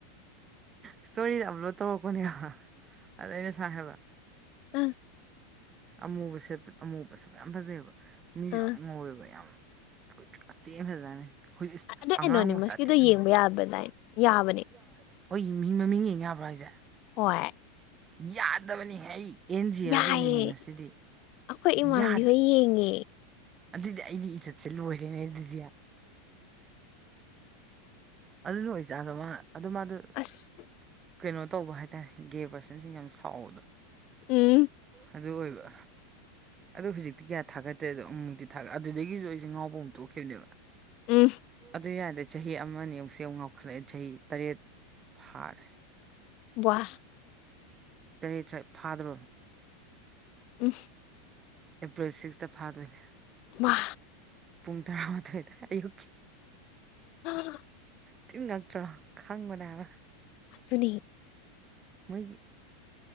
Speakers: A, on the right (about 25°); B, on the left (about 45°).
A: ꯏꯁꯇꯣꯔꯤꯗ ꯑꯞꯂꯣꯗ ꯇꯧꯔꯛꯄꯅꯦꯕ ꯑꯗꯩꯅ ꯁꯨꯃꯥꯏꯟ ꯍꯥꯏꯕ
B: ꯎꯝ
A: ꯑꯃꯨꯕ ꯁꯦꯠꯄ ꯑꯃꯨꯕ ꯁꯦꯠꯄ ꯌꯥꯝ ꯐꯖꯩꯌꯦꯕ ꯃꯤꯁꯨ
B: ꯎꯝ
A: ꯌꯥꯝ ꯉꯧꯋꯦꯕ ꯌꯥꯝ ꯑꯁ ꯊꯤꯅ ꯐꯖꯥꯖꯥꯠꯅꯤ ꯍꯧꯖꯤꯛ
B: ꯑꯗꯣ
A: ꯑꯉꯥꯡ
B: ꯑꯦꯅꯣꯅꯤꯃꯁꯀꯤꯗꯣ
A: ꯃꯁꯆꯥ ꯊꯦꯠꯅꯔꯦ
B: ꯌꯦꯡꯕ ꯌꯥꯕꯗꯥꯏ ꯌꯥꯕꯅꯦ
A: <unintelligible> ꯍꯣꯏ ꯃꯤ ꯃꯃꯤꯡ ꯌꯦꯡꯌꯕ꯭ꯔꯣ ꯍꯥꯏꯁꯦ
B: ꯍꯣꯏ
A: ꯌꯥꯗꯕꯅꯤ ꯍꯦ ꯑꯦꯟ ꯖꯤ
B: ꯌꯥꯏꯌꯦ
A: ꯑꯦꯜꯒꯤ ꯑꯦꯅꯤꯅꯤꯃꯁꯁꯤꯗꯤ
B: ꯑꯩꯈꯣꯏ ꯏꯃꯥꯟꯅꯕꯤ
A: <unintelligible> ꯌꯥꯗ
B: ꯍꯣꯏ ꯌꯦꯡꯉꯦ
A: ꯑꯗꯨꯗꯤ ꯑꯩꯒꯤ ꯏꯖꯠꯁꯦ ꯂꯣꯏꯔꯦꯅꯦ ꯑꯗꯨꯗꯤ ꯑꯗꯨꯅ ꯑꯣꯏꯖꯥꯠꯂꯣ ꯃꯥ ꯑꯗꯨ ꯃꯥꯗꯣ
B: ꯑꯁ
A: ꯀꯩꯅꯣ ꯇꯧꯕ ꯍꯥꯏꯇꯥꯔꯦ ꯒꯦ ꯄꯥꯔꯁꯟꯁꯤꯡ ꯌꯥꯝꯅ ꯁꯥꯎꯕꯗꯣ
B: ꯎꯝ
A: ꯑꯗꯨ ꯑꯣꯏꯕ ꯑꯗꯨ ꯍꯧꯖꯤꯛꯇꯤ ꯀꯌꯥ ꯊꯥꯒꯠꯇ꯭ꯔꯦꯗꯣ ꯑꯃꯨꯛꯇꯤ ꯊꯥꯠ ꯑꯗꯨꯗꯒꯤꯁꯨ ꯑꯩꯁꯦ ꯉꯥꯎꯕ ꯑꯃꯨꯛ ꯇꯣꯛꯈꯤꯕꯅꯦꯕ
B: ꯎꯝ
A: ꯑꯗꯨ ꯌꯥꯔꯗꯤ ꯆꯍꯤ ꯑꯃꯅꯦ ꯑꯃꯨꯛꯁ ꯑꯃꯨꯛ ꯉꯥꯎꯈꯠꯂꯛꯑꯦ ꯆꯍꯤ ꯇꯔꯦꯠ ꯐꯥꯔꯦ
B: ꯋꯥ
A: ꯇꯔꯦꯠ ꯁ ꯐꯥꯗꯔꯣꯔꯝꯅꯤ
B: ꯎ
A: ꯑꯦꯄ꯭ꯔꯤꯜ ꯁꯤꯛꯁꯇ ꯐꯥꯗꯣꯏꯅꯦ
B: ꯃꯥ
A: ꯄꯨꯡ ꯇꯔꯥꯃꯥꯊꯣꯏꯗ ꯑꯌꯨꯛꯀꯤ
B: ꯎꯝ
A: ꯇꯤꯟ ꯉꯛꯇ꯭ꯔꯣ ꯈꯪꯕꯅꯦꯕ
B: ꯁꯨꯅꯤ
A: ꯃꯣꯏꯒꯤ